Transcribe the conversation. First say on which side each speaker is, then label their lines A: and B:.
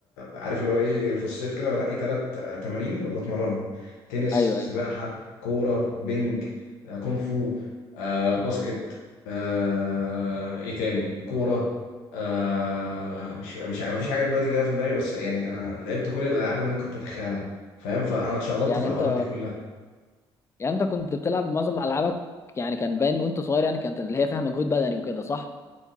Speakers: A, on the left; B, on the left.
A: عارف اللي هو ايه في الصيف كده بنقي ثلاث تمارين وبتمرنهم تنس
B: ايوه
A: سباحه
B: ايوه
A: كوره بينج آه، كونغ فو آه باسكت آه ايه تاني كوره آه مش مش ما فيش حاجه دلوقتي جايه في دماغي بس يعني انا لعبت كل الالعاب اللي ممكن تتخيلها فاهم فانا اتشقلطت
B: يعني
A: في الحوارات
B: انت
A: دي كلها
B: يعني انت كنت بتلعب معظم العابك يعني كان باين وانت صغير يعني كانت اللي هي فيها مجهود بدني وكده صح